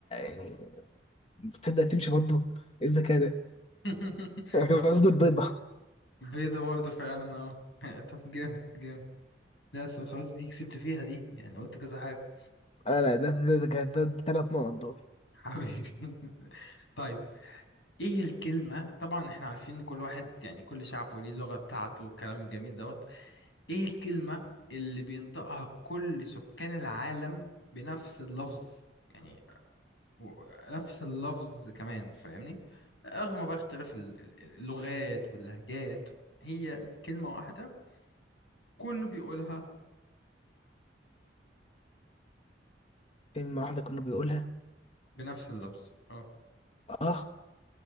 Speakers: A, on the left; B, on the left.
A: يعني تصدق هتمشي برضه إيه الذكاء ده
B: <laughs>
A: أنا كان
B: طب
A: قصدي البيضة
B: بيضه برضو فعلا اه <laughs> طب جامد جامد لا بس خلاص دي كسبت فيها دي يعني قلت كذا حاجه
A: اه لا ده ده ده, ده, ده التلات نقط دول
B: حبيبي <laughs> طيب ايه الكلمة طبعا احنا عارفين ان كل واحد يعني كل شعب وليه اللغة بتاعته والكلام الجميل دوت ايه الكلمة اللي بينطقها كل سكان العالم بنفس اللفظ يعني و- نفس اللفظ كمان فاهمني رغم بقى اختلاف ال- ال- اللغات واللهجات هي كلمة واحدة كله بيقولها
A: كلمة واحدة كله بيقولها
B: بنفس اللفظ اه
A: اه